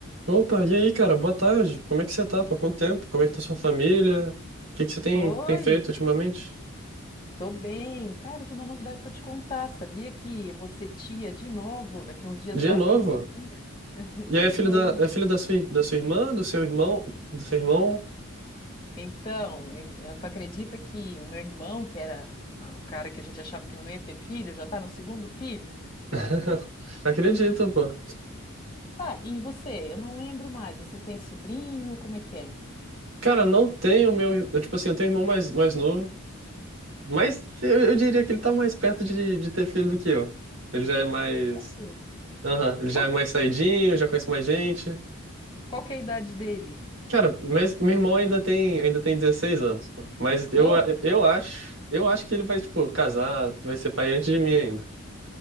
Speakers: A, on the right; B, on the left.
A: Opa, e aí, cara? Boa tarde. Como é que você tá? Por quanto tempo? Como é que tá sua família? O que que você tem,
B: Oi,
A: tem feito ultimamente?
B: tô bem. Cara, eu tenho uma novidade pra te contar. Sabia que você tia de novo? Daqui a uns dias
A: De
B: nasce
A: novo?
B: a minha sobrinha. <laughs>
A: E
B: De
A: aí, é filho
B: novo.
A: da, é filho da sua, da sua irmã, do seu irmão, do seu irmão?
B: Então, em- eh, tu acredita que o meu irmão, que era ah, o cara que a gente achava que não ia ter filho, já tá no segundo filho?
A: <laughs> Acredito, pô.
B: Tá, e você? Eu não lembro mais. Você tem sobrinho? Como é que é?
A: Cara, não tenho meu, eu, tipo assim, eu tenho irmão mais, mais novo, mas eu, eu diria que ele tá mais perto de, de ter filho do que eu. Ele já é mais,
B: Sério?
A: aham, ele já
B: Qual
A: é mais
B: que,
A: saidinho, já conhece mais gente.
B: qual que é a idade dele?
A: Cara, mas meu irmão ainda tem, ainda tem 16 anos, pô. mas eu,
B: Não?
A: eu acho, eu acho que ele vai, tipo, casar, vai ser pai antes de mim ainda.